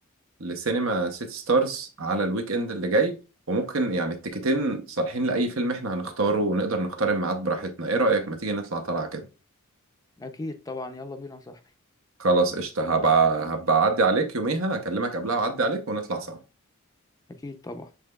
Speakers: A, on the right; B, on the left.
A: لسينما سيتي ستارز على الويك اند اللي جاي وممكن يعني التيكتين صالحين لأي فيلم احنا هنختاره ونقدر نختار الميعاد براحتنا ايه رأيك ما تيجي نطلع طلعة كده
B: أكيد طبعا يلا بينا يا صاحبي
A: خلاص قشطة هبقى هبقى أعدي عليك يوميها أكلمك قبلها وأعدي عليك ونطلع سوا
B: أكيد طبعا